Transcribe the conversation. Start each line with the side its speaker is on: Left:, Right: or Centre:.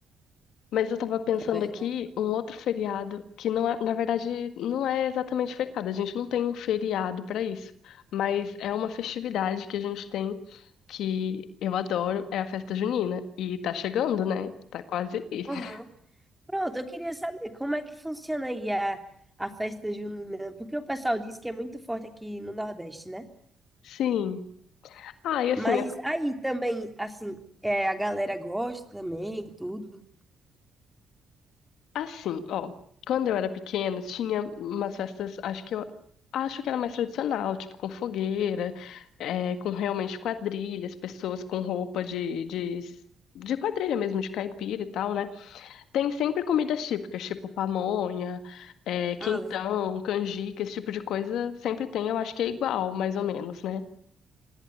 Left: Mas eu tava pensando
Centre: É verdade.
Left: aqui um outro feriado que não é, na verdade, não é exatamente feriado. A gente não tem um feriado para isso, mas é uma festividade que a gente tem que eu adoro, é a festa junina e tá chegando, né? Tá quase aí. <laughs>
Centre: Aham. Pronto, eu queria saber como é que funciona aí a, a festa junina, porque o pessoal diz que é muito forte aqui no Nordeste, né?
Left: Sim. Ah, e assim,
Centre: Mas aí também, assim, é, a galera gosta também, tudo.
Left: Assim, ó, quando eu era pequena, tinha umas festas, acho que eu acho que era mais tradicional, tipo com fogueira, é, com realmente quadrilhas, pessoas com roupa de, de, de quadrilha mesmo, de caipira e tal, né? Tem sempre comidas típicas, tipo pamonha, é, quentão,
Centre: Ah, legal.
Left: canjica, esse tipo de coisa sempre tem, eu acho que é igual, mais ou menos, né?